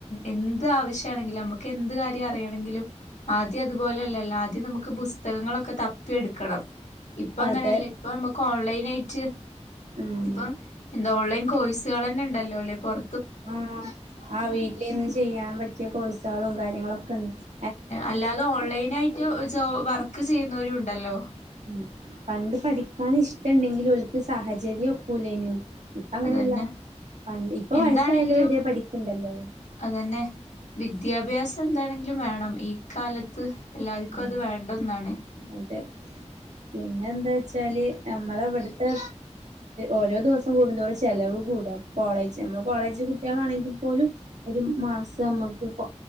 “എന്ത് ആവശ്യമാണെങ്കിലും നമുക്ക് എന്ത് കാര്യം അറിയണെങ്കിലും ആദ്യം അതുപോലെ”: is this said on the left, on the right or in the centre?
Left